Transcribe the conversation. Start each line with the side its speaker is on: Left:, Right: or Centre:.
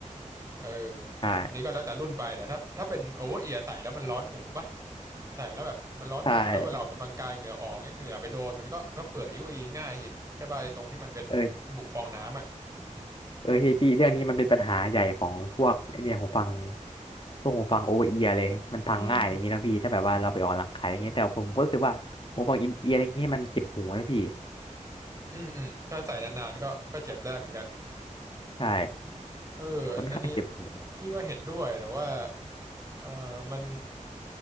Right: เออ
Left: ใช่
Right: อันนี้ก็แล้วแต่รุ่นไปแต่ถ้าถ้าเป็นโอเวอร์เอียร์ใส่แล้วมันร้อนหูป่ะใส่แล้วแบบมันร้อนหูแล้วเวลาออกกำลังกายเหงื่อออกเนี่ยเหงื่อไปโดนมันก็ก็เปื่อยยุ่ยง่ายอีกใช่ป่ะไอ้ตรงที่มันเป็น
Left: ใช่เออ
Right: บุฟองน้ำอ่ะ
Left: เออเฮ้ยพี่เรื่องนี้มันเป็นปัญหาใหญ่ของพวกไอ้เนี่ยหูฟังพวกหูฟังโอเวอร์เอียร์เลยมันพังง่ายอะไรอย่างงี้ยนะพี่ถ้าแบบว่าเราไปออกกำลังกายอะไรเงี้ยแต่ผมก็รู้สึกว่าหูฟังอินเอียร์อะไรเงี้ยมันเจ็บหูนะพี่
Right: อืมอืมอืมถ้าใส่นานๆก็ก็เจ็บได้เหมือนกัน
Left: ใช่
Right: เอออันอันนี้
Left: ค่อนข้างเจ็บหู
Right: พี่ก็เห็นด้วยแต่ว่าเออมัน